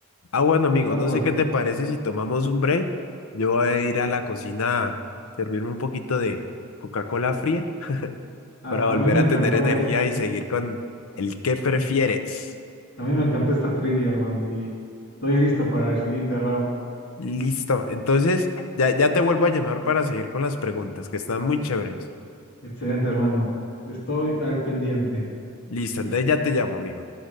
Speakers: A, on the left; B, on the left.
A: Ah, bueno, amigo,
B: No,
A: no
B: pues
A: sé qué te parece si tomamos un break. Yo voy a ir a la cocina a servirme un poquito de Coca-Cola fría <laughs>
B: a,
A: para volver
B: a mí me
A: a
B: encantó,
A: tener energía
B: ¿eh?
A: y seguir con el que prefieres.
B: Eh, A mí me encantó esta trivia, hermano. Y estoy listo para el siguiente round.
A: Listo. Entonces, ya, ya te vuelvo a llamar para seguir con las preguntas, que están muy chéveres.
B: Excelente, hermano. Estoy al pendiente.
A: Listo, entonces ya te llamo, amigo.